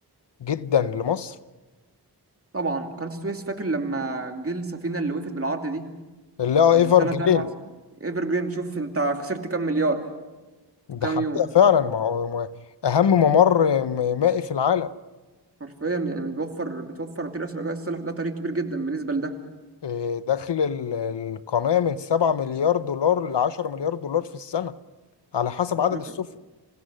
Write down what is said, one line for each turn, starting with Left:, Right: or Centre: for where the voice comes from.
Left: جدا لمصر
Right: طبعا قناه السويس فاكر لما جه السفينه اللي وقفت بالعرض دي
Left: اللي هو
Right: من
Left: ايفر
Right: 3
Left: جرين
Right: 4 ايفر جرين شوف انت خسرت كام مليار في
Left: ده
Right: كام
Left: حقيقة
Right: يوم
Left: فعلا ما هو ما- اهم ممر م- مائي في العالم
Right: حرفيا يعني بتوفر بتوفر طريق اسرع رجاء الصالح ده طريق كبير جدا بالنسبه لده
Left: إيه، دخل ال- القناة من 7 مليار دولار ل 10 مليار دولار في السنة على حسب عدد
Right: رقم
Left: السفن